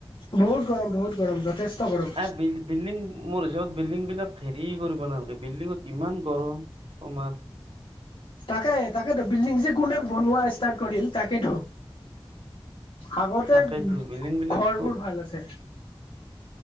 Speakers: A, on the left; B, on the right.
A: বহুত গৰম বহুত গৰম যথেষ্ট', গৰম
B: আহ বি', বিল্ডিং মোৰ হিচাপত বিল্ডিংবিলাক হেৰি কৰিব নালাগে বিল্ডিঙত ইমান গৰম তোমাৰ',
A: তাকে - তাকেতো বিল্ডিং যে কোনে বনোৱা ষ্টাৰ্ট কৰিল তাকেতো', আগতে,
B: তাকেইতো
A: ঘ',
B: বিল্ডিং
A: -
B: বিলাকতো
A: ঘৰবোৰ ভাল আছে',